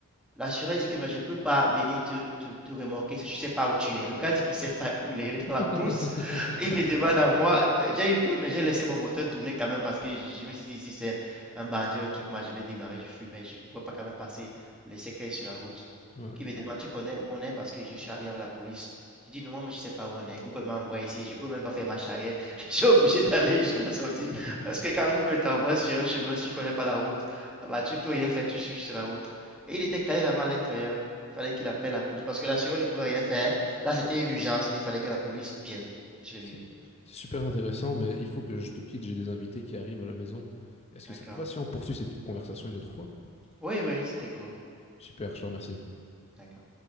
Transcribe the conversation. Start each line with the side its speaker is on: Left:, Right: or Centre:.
Centre: L'assureur dit que mais je ne peux pas venir te, te, te remorquer si je ne sais pas où tu es. Le gars dit qu'il ne sait pas où il est, il est
Left: <laughs>
Centre: dans la brousse. Il me demande à moi, euh, j'ai eu peur, mais j'ai laissé mon moteur tourner quand même parce que je, me suis dit, si c'est un, un bandit, un truc, moi je vais démarrer, je fuis, mais je ne pourrais pas quand même passer les séquelles sur la route.
Left: Ouais.
Centre: Il me demande, tu connais où on est parce que je suis allé avec la police. Je dis, non, moi, je ne sais pas où on est. Google m'a envoyé ici. Je ne peux même pas faire marche arrière. <laughs> Je suis obligé d'aller jusqu'à la sortie.
Left: <laughs>
Centre: Parce que quand Google t'envoie sur un chemin, si tu ne connais pas la route, ah bah, tu ne peux rien faire. Tu suis juste la route. Et il était calé là-bas à l'intérieur. Il Fallait qu'il appelle la police. Parce que l'assureur ne pouvait rien faire. Là, c'était une urgence. Il fallait que la police vienne sur
Left: C'est
Centre: le lieu.
Left: c'est super intéressant, mais il faut que je te quitte, j'ai des invités qui arrivent à la maison. Est-ce
Centre: D'accord.
Left: que ça te va si on poursuit cette conversation une autre fois?
Centre: Oui, oui, c'était cool.
Left: Super, je te remercie.
Centre: D'accord.